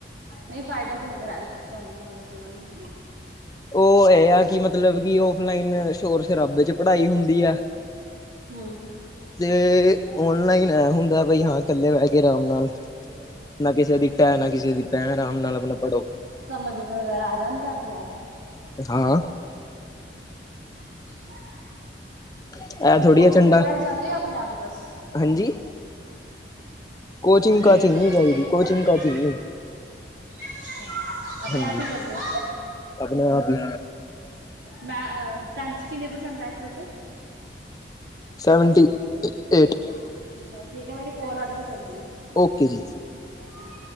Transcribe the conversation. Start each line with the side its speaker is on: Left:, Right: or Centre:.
Right: ਨਹੀਂ ਫਾਇਦਾ ਕਿਵੇਂ ਨਜ਼ਰ ਆਇਆ ਤੁਹਾਨੂੰ ਆ ਦੱਸੋ ਮੈਨੂੰ?
Left: ਉਹ ਇਹ ਆ ਕਿ ਮਤਲਬ ਕਿ ਓਫਲਾਈਨ ਸ਼ੋਰ -ਸ਼ਰਾਬੇ ਚ ਪੜ੍ਹਾਈ ਹੁੰਦੀ ਆ।
Right: ਹਮ।
Left: ਤੇ ਓਨਲਾਈਨ ਐ ਹੁੰਦਾ ਬਈ ਹਾਂ ਇਕੱਲੇ ਬਹਿ ਕੇ ਆਰਾਮ ਨਾਲ। ਨਾ ਕਿਸੇ ਦੀ ਟੈ ਨਾ ਕਿਸੇ ਦੀ ਪੈ ਆਰਾਮ ਨਾਲ ਆਪਣਾ ਪੜ੍ਹੋ।
Right: ਸਮਝ ਵਗੈਰਾ ਆ ਜਾਂਦਾ ਆਪਣੇ ਆਪ
Left: ਹਾਂ।
Right: <inaudible>
Left: ਇਹ
Right: ਫਿਰ
Left: ਥੋੜ੍ਹੀ
Right: ਕੋਚਿੰਗ
Left: ਆ ਝੰਡਾ
Right: ਵਗੈਰਾ ਵੀ ਜਾਂਦੇ ਓ ਜਾ ਆਪਣੇ ਈ ਬਸ
Left: ਹਾਂਜੀ। ਕੋਚਿੰਗ
Right: ਕੀ?
Left: -ਕਾਚਿੰਗ
Right: ਅੱਛਾ,
Left: ਨਹੀਂ ਜਾਈਦੀ ਕੋਚਿੰਗ -ਕਾਚਿੰਗ ਨਹੀਂ
Right: ਹਮ ਆਪਣੇ ਆਪ
Left: ਹਾਂਜੀ
Right: ਹੀ ਕਰਦੇ ਓ?
Left: ਆਪਣੇ ਆਪ ਹੀ
Right: ਮੈਂ ਟੈਂਨਥ ਚ ਕਿੰਨੇ ਪ੍ਰਸੈਂਟ ਆਏ ਸੀ ਤੁਹਾਡੇ?
Left: Seventy eight.
Right: ਅੱਛਾ, ਠੀਕ ਹੈ ਮੇਰੀ ਕੋਲ ਆ ਰਹੀ ਮੈਂ ਕਰਦੀ ਆ।
Left: ਓਕੇ ਜੀ।
Right: ਹਮ।